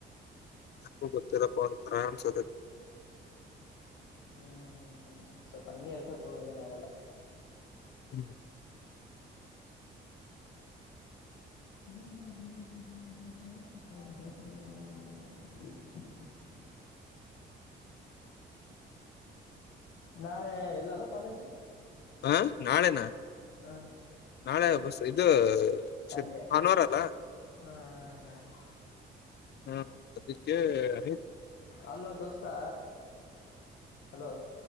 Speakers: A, on the left; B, on the left.
A: ಗು ಗೊತ್ತಿಲ್ಲಪ್ಪ ಒಂಥರಾ ಅನ್ಸತತಿ.
B: ಹ್ಮ್ ಒಂದ್ ಸ್ವಲ್ಪ ಹಂಗೆ ಇರ್ತತ್ತಗೋ ಏನ್ ಆಗಲ್ಲ.
A: ಹ್ಮ್
B: ಹ್ಮ್ ಹ್ಮ್ ಹ್ಮ್ ಹ್ಮ್ ಹ್ಮ್ ಹ್ಮ್ ಹ್ಮ್ ನಾಳೆ ಇಲ್ಲಲ್ಲ ಕಾಲೇಜ್
A: ಹಾ ನಾಳೆನಾ
B: ಹಾ
A: ನಾಳೆ ಬಸ್ ಇದು
B: ಸಂಡೇ
A: ಸರಿ ಭಾನುವಾರ ಅಲ
B: ಹಾ ಹಾ ಹ
A: ಹಾ ಅದಕ್ಕೆ ಆಯ್
B: ಅಲ್ಲೋ ದೋಸ್ತಾ ಹಲೋ